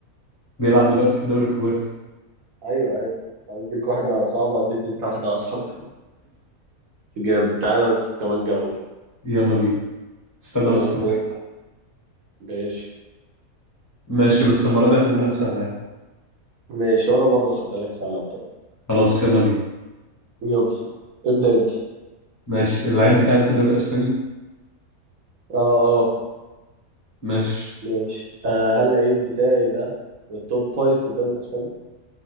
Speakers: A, on the left (about 25°); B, on the right (about 70°).
A: بيلعب دلوقتي في
B: ماشي
A: الدوري الكرواتي
B: ايوه ايوه قصدك واحدة صعبة اديت انت واحدة اصعب <laughs> جامد تعالى ندخل كمان جولة
A: يلا بينا استنى
B: آه
A: بس افكر
B: ما- ماشي
A: ماشي بس المره دي هخليها لك سهله يعني
B: ماشي وانا برضو خلي لك سهلة وطب
A: خلاص يلا بينا
B: يلا ابدأ انت
A: ماشي اللعيب بتاعي ده في الدوري الاسباني
B: اه اه
A: ماشي
B: ماشي آه هل العيب بتاعي ده من التوب فايف في الدوري الاسباني